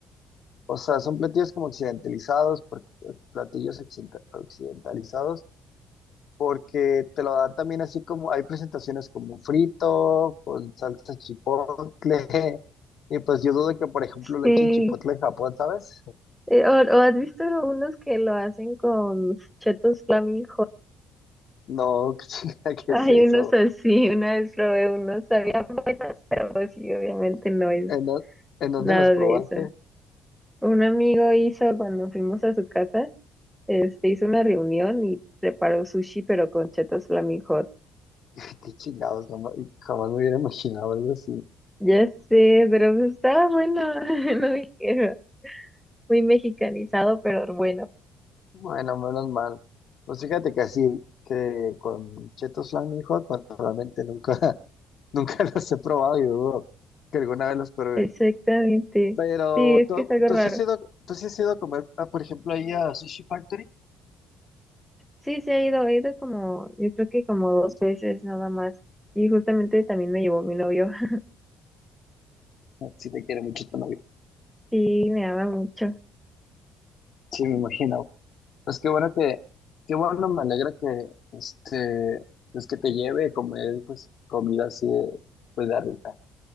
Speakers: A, on the left (about 55°); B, in the centre.
A: o sea, son platillos como occidentalizados, por- platillos occiden- occidentalizados porque te lo dan también así como, hay presentaciones como frito, con salsa chipotle, <laughs> y pues yo dudo que, por ejemplo, le
B: sí.
A: echen chipotle en Japón, ¿sabes?
B: Eh, o, o has visto unos que lo hacen con chetos flaming
A: No, <laughs> chica, ¿qué
B: Hay
A: es eso?
B: unos así, una vez probé unos, sabían buenas, pero pues sí, obviamente no es
A: ¿En, dó- en dónde
B: nada
A: los probaste?
B: de eso. Un amigo hizo, cuando fuimos a su casa, este, hizo una reunión y preparó sushi, pero con chetos Flaming Hot.
A: <laughs> Qué chingados, jamás, jamás me hubiera imaginado algo así.
B: Ya sé, pero pues estaba bueno, <laughs> no dijeron, muy mexicanizado, pero bueno.
A: Bueno, menos mal. Pues fíjate que así, que con chetos flaming hot, pues realmente nunca, <laughs> nunca los he probado y dudo que alguna vez los pruebe
B: Exactamente.
A: Pero
B: Sí, es
A: tú,
B: que es algo
A: tú
B: raro.
A: sí has ido, tú sí has ido a comer, ah, por ejemplo, ahí a Sushi Factory.
B: Sí, se ha ido, he ido como, yo creo que como dos veces nada más. Y justamente también me llevó mi novio. <laughs>
A: Si te quiere mucho tu novio.
B: Sí, me ama mucho.
A: Sí, me imagino. Pues qué bueno que, qué bueno, me alegra que, este, pues que te lleve a comer, pues, comida así, de, pues, de rica.